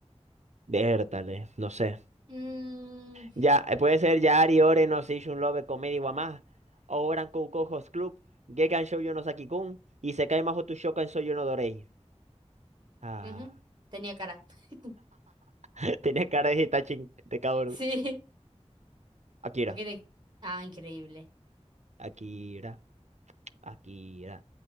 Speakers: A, on the right; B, on the right.
A: Vértale, no sé.
B: Mm,
A: Ya, eh, puede ser Yari, Ore, no Seishun Love, Comedy Wamás, Oran Koukou Host Club, Gekan Shoujo no Saki-kun, y Isekai Mahou to Shokan Soyo no Dorei. Ah,
B: ujú. Tenía cara. <laughs>
A: <laughs> tenía cara de Hitachi, de cabrón.
B: Sí.
A: Akira,
B: Ok. de- Ah, increíble.
A: Akira, Akira.